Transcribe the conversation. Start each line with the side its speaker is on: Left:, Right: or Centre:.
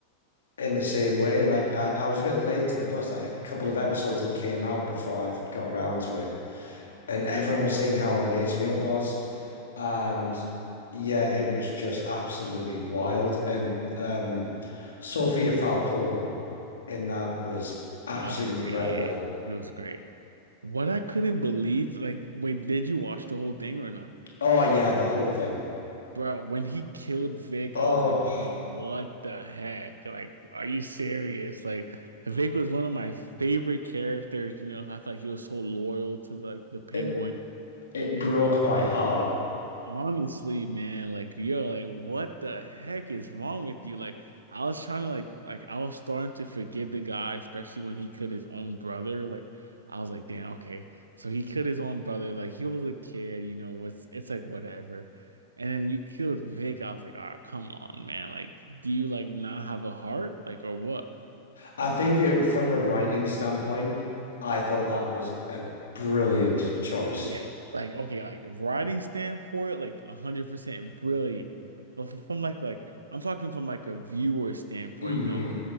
Left: in the same way. Like I, I was a bit late to the bus. Like a couple of episodes had came out before I'd got around to it, and everyone was saying how amazing it was. And yeah, it was just absolutely wild. And um, Sofia Falcone in that was absolutely
Right: Oh, yeah,
Left: incredible.
Right: yeah, yeah. It was great. What I couldn't believe, like, wait, did you watch the whole thing or no?
Left: Oh yeah, the whole thing.
Right: Bro, when he killed Vic,
Left: Oh,
Right: I was like, bro, what the heck? Like, are you serious? Like, Vic was one of my favorite characters, you know. I felt like he was so loyal to like the Penguin
Left: it it
Right: and
Left: broke my heart.
Right: Honestly, man, like yo, like what the heck is wrong with you? Like I was trying to like like I was starting to forgive the guy, especially when he killed his own brother. Like I was like, damn, okay. So he killed his own brother. Like he was a kid, you know, was it's like whatever. And then you killed Vic. I was like, oh, come on, man. Like, do you like not have a heart? Like, or what?
Left: I think it, from a writing standpoint, I thought that was a brilliant choice.
Right: Yeah. Like, okay, like writing standpoint, like 100% brilliant. But f- from like like I'm talking from like a viewer standpoint,
Left: Mm.
Right: you know,